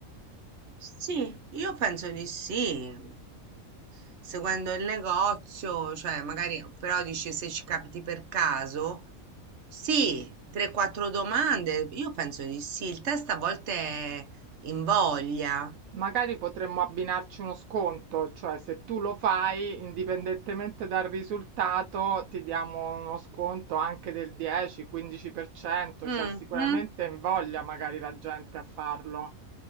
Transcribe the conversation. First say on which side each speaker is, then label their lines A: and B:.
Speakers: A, on the right (about 55°); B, on the right (about 75°).
A: Sì, io penso di sì. mhmm, Seguendo il negozio, cioè magari, però dici se ci capiti per caso, sì, 3-4 domande, io penso di sì. Il test a volte è invoglia.
B: Magari potremmo abbinarci uno sconto, cioè se tu lo fai, indipendentemente dal risultato, ti diamo uno sconto anche del 10-15%,
A: Mhm,
B: cioè sicuramente invoglia magari la gente a farlo.